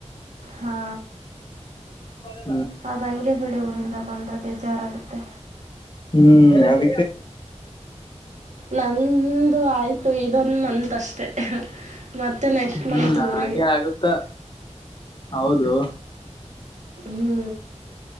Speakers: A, on the right; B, on the left.
A: ಹಾ
B: ಚ
A: ಅದು ಹಂಗೆ ಬಿಡಿ ಊರಿಂದ ಬಂದರೆ ಬೇಜಾರಾಗುತ್ತೆ
B: ಹ್ಮ್ ಹಾಗ
A: ನಂದು ಆಯ್ತು ಇದೊಂದು ಮಂತ್ ಅಷ್ಟೆ ಮತ್ತು ನೆಕ್ಸ್ಟ್
B: ಹ್ಮ್
A: ಮಂತ್ ಊರಿಗೆ
B: ಹಾಗೆ ಆಗುತ್ತ ಹೌದು
A: ಹ್ಞೂ